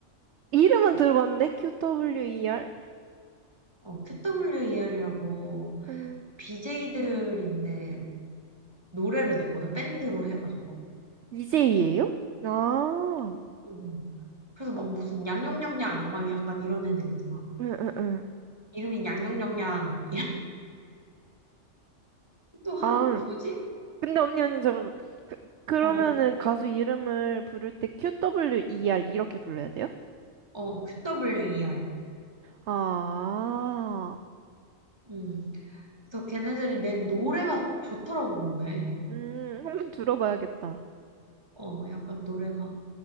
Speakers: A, on the right; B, on the right.
A: 이름은 들어봤는데? QWER?
B: 어, QWER이라고
A: 음,
B: BJ들인데 노래를 냈거든, 밴드로 해가지고.
A: DJ예요? 아,
B: 음. 그래서 막 무슨 양양냥양막 약간 이런 애들 있잖아.
A: 응, 응, 응.
B: 이름이 양양냥양 또 하나
A: 아,
B: 누구지?
A: 근데 언니, 언니, 저, 그, 그러면은
B: 어,
A: 가수 이름을 부를 때 QWER 이렇게 불러야 돼요?
B: 어, QWER.
A: 아,
B: 음. 그래서 걔네들이 낸 노래가 좋더라고, 근데.
A: 음, 한번 들어봐야겠다.
B: 어, 약간 노래가.